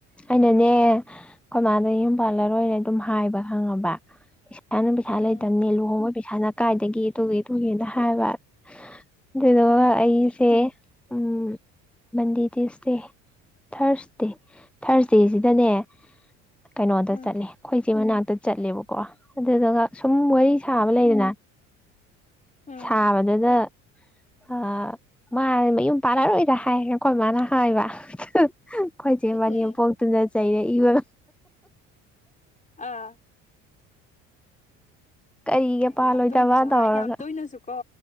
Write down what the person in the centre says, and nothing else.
ꯑꯩꯅꯅꯦ ꯈꯣꯏꯃꯥꯗ ꯌꯨꯝ ꯄꯥꯜꯂꯔꯣꯏ ꯑꯗꯨꯝ ꯍꯥꯏꯕ ꯐꯪꯉꯕ ꯄꯩꯁꯥꯅ ꯄꯩꯁꯥ
ꯂꯩꯇꯕꯅꯦ ꯂꯨꯍꯣꯡꯕꯩ ꯄꯩꯁꯥꯅ ꯀꯥꯏꯗꯒꯤ ꯇꯨꯒꯤ ꯇꯨꯒꯤꯅꯥ ꯍꯥꯏꯕ ꯑꯗꯨꯗꯨꯒ
ꯑꯩꯁꯦ ꯎꯝ ꯃꯟꯗꯦ ꯇꯨꯏꯁꯇꯦ ꯊ꯭ꯔꯁꯗꯦ ꯊ꯭ꯔꯁꯗꯦꯖꯤꯗꯅꯦ ꯀꯩꯅꯣꯗ
ꯆꯠꯂꯦ ꯑꯩꯈꯣꯏ ꯆꯦ ꯃꯅꯥꯛꯇ ꯆꯠꯂꯦꯕꯀꯣ ꯑꯗꯨꯗꯨꯒ ꯁꯨꯝ
ꯋꯥꯔꯤ ꯁꯥꯕ ꯂꯩꯗꯅ
ꯁꯥꯕꯗꯨꯗ ꯑ ꯃꯥ ꯃꯌꯨꯝ ꯄꯥꯜꯂꯔꯣꯏꯇ ꯍꯥꯏ ꯑꯩꯈꯣꯏ ꯃꯥꯅ ꯍꯥꯏꯕ ꯑꯩꯈꯣꯏ ꯆꯦ ꯃꯅꯦꯝꯄꯣꯛꯇꯨꯅ
ꯆꯩꯩꯔꯛꯏꯕ
ꯀꯔꯤꯒꯤ
ꯄꯥꯜꯂꯣꯏꯗꯕ
ꯇꯧꯔꯒ